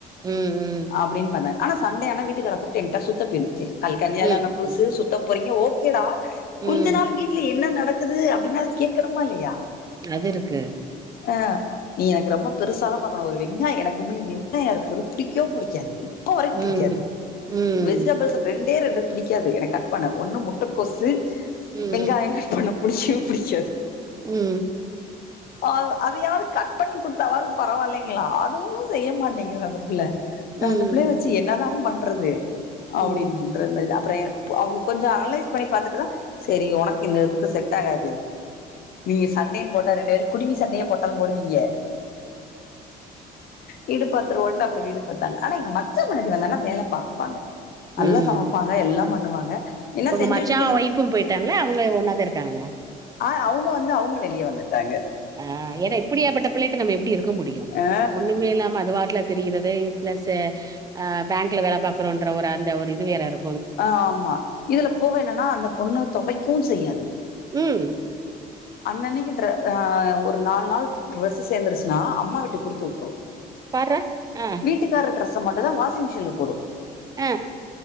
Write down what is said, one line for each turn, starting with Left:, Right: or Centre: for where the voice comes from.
Right: ம் ம்
Left: அப்டின் பண்ணாரு ஆனா சண்டே ஆனா வீட்டுக்கார கூப்ட்டு எங்டா சுத்த போய்ரு சேரி கல் கல்யாண
Right: ம்
Left: ஆன புதுசு சுத்த போறிங்க ஓ கேடா கொஞ்ச
Right: ம்
Left: நாள் வீட்ல என்ன நடக்குது அப்டினாது கேக்கணுமா இல்லயா
Right: அதிருக்கு
Left: ஆ நீ எனக்கு ரொம்ப பெருசாலா பாக்க வேனா ஒரு வெங்காயோ எனக்கு உண்மேலயே வெங்காயோ அறுக்குறது புடிக்கவோ புடிக்காது இப்ப வரைக்கு
Right: ம்
Left: புடிக்காது
Right: ம்
Left: வெஜிடபிள்ஸ்ல ரெண்டே ரெண்டு பிடிக்காது எனக்கு கட் பண்ண ஒன்னு முட்டகோசு
Right: ம்
Left: வெங்காயோ கட் பண்ண புடிக்கவே புடிக்காது
Right: ம் ம்
Left: அத அதையாவது கட் பண்ணி குடுத்தாவாவது பரவாயில்லைங் களா அதுவு செய்ய மாட்டேங்கிது அந்த பிள்ள
Right: ம்
Left: நா அந்த பிள்ளய வச்சு என்னாதா பண்றது அப்புடின்றது
Right: ம்
Left: மாரி அப்பறோ எ பு அவுங்க கொஞ்சோ அனலைஸ் பண்ணி பாத்துட்டு தா சரி உனக்கு இந்த இதுக்கு செட் ஆகாது நீங்க சண்டேன்னு போட்டா ரெண்டு பேரு குடிமி சண்டயே போட்டாலு போடுவீங்க வீடு பாத்துருவோண்டு அப்பறோ வீடு பாத்தாங்க ஆனா எங்க மச்சா பொண்டாட்டி வந்தாங்கன்னா வேல பாப்பாங்க நல்லா
Right: ம்
Left: சமப்பாங்க எல்லா பண்ணுவாங்க என்ன
Right: உங்க
Left: செஞ்சு
Right: மச்சா
Left: வச்சுட்டு செஞ்சு
Right: ஒய்ஃபு போய்ட்டாங்களா அவங்க ஒண்ணா தா இருக்காங்களா
Left: ஆ அவுங்க வந்து அவுங்களு வெளிய வந்துட்டாங்க
Right: ஆ ஏனா இப்டியாபட்ட பிள்ளேட்ட நம்ம எப்டி இருக்க முடியு
Left: ஆ
Right: ஒண்ணுமே இல்லாம அது வாட்டுல திரியறதேய் பிளஸ்ஸு அ பேங்க்ல வேல பாக்குறோன்ற ஒரு அந்த ஒரு இது வேற இரு
Left: ஆ ஆமா இதுலப் போக என்னனா அந்தப் பொண்ணு தொவைக்கவு செய்யாது
Right: ம்
Left: அன்னனைக்கு ட்ர அ ஒரு நால் நாள் டிரெஸ்சு சேந்துருச்சுனா அம்மா வீட்டுக் குடுத்து வுட்ரு
Right: பார்ரா அ
Left: வீட்டுக்கார் ட்ரஸ்ச மட்டுந்தான வாஷிங் மிஷின்ல போடு
Right: அ